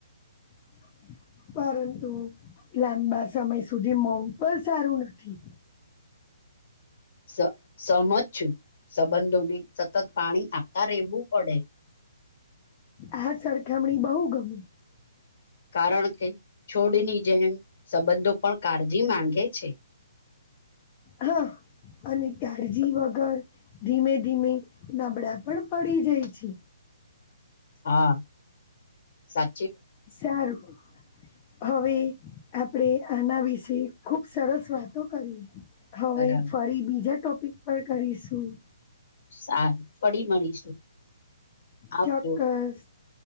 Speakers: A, on the left; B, on the left.
A: <inaudible> પરંતુ લાંબા સમય સુધી મોવ પણ સારું નથી.
B: સ સહમત છું સંબંધોને સતત પાણી આપતા રહેવું પડે.
A: આ સરખામણી બહુ ગમ
B: કારણ કે છોડની જેમ સંબંધો પણ કાળજી માંગે છે.
A: હા. અને કાળજી વગર ધીમે ધીમે નબળા પણ પડી જાય છે.
B: હા સા
A: સારું. હવે આપણેે આના વિશે ખુબ સરસ વાતો કરી. હવે
B: બરાબર
A: ફરી બીજા ટોપિક પર કરીશું.
B: સા પડી મળીશું. આવજો
A: ચોક્કસ